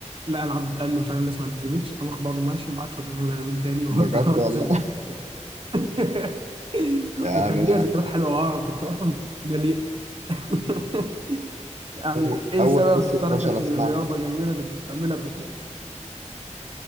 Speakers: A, on the right; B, on the right.
A: لقى العدد قل مش عارف الناس ما التزمتش قام واخد بعضه ماشي وما عادش قدام مدربين تاني <laughs> واضطريت
B: بجد والله
A: اسيب الك- <laughs>
B: يعني
A: وكان ليا ذكريات حلوه اه كنت اصلا مليان <laughs> يعني
B: أول
A: ايه
B: أول
A: سبب
B: قصة
A: تركك
B: فشل أسمعها
A: لرياضة جميلة انت كنت بتعملها كنت <laughs>